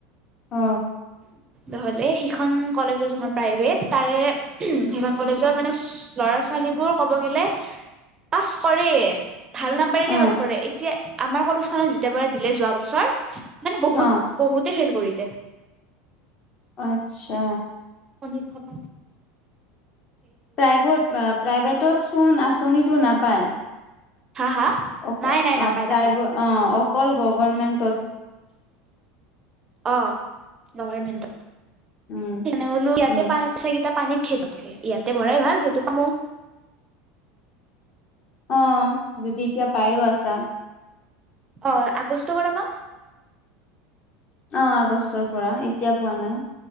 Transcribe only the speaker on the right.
নহলে সিখন কলেজৰ যখন প্ৰাইভেট তাৰে সিখন কলেজৰ মানে ল'ৰা ছোৱালীবোৰ ক'ব গ'লে পাছ কৰে ভাল নাম্বাৰ
দিয়ে পাছ কৰে এতিয়া আমাৰ কলেজখনত যেতিয়াৰ পৰা দিলে যোৱা বছৰ মানে বহুত
বহুতে ফেল কৰিলে
লিখাব
হা হা
নাই
নাই নাপায়
নাপায়
অ গভাৰমেন্টত
সেইনে বোলো ইয়াতে
পানিত পইচাকেইটা পানীত ইয়াতে ভৰাই ভাল যিটো পামো
অ <unintelligible>